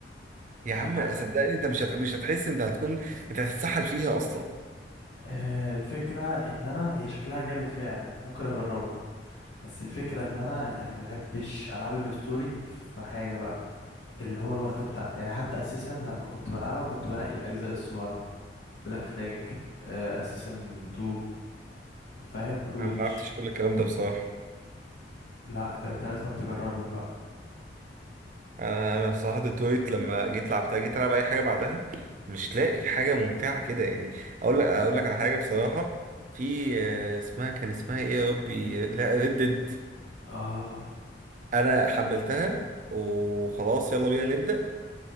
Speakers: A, on the right; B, on the left.
A: يا عم
B: انا
A: صدقني انت مش هت... مش هتحس انت هتكون <laughs> انت هتتسحل فيها اصلا
B: آه، الفكرة ان انا هي شكلها جامد فعلا ممكن اجربها بس الفكرة ان انا يعني بحبش العاب الستوري في حاجة بقى اللي هو الوقت بتاعها يعني حتى اساسا لما كنت بلعبها كنت بنقي الاجزاء الصغيرة بلاك فلاج اساسا 2 فاهم روج
A: انا ما عرفتش كل الكلام ده بصراحه
B: لا ده انت لازم تجربهم بقى
A: انا انا بصراحه ديترويت لما جيت لعبتها جيت العب اي حاجه بعدها مش لاقي حاجه ممتعه كده يعني اقول لك اقول لك على حاجه بصراحه في آه، اسمها كان اسمها ايه يا ربي لا ردد
B: اه
A: انا حملتها وخلاص يلا بينا نبدا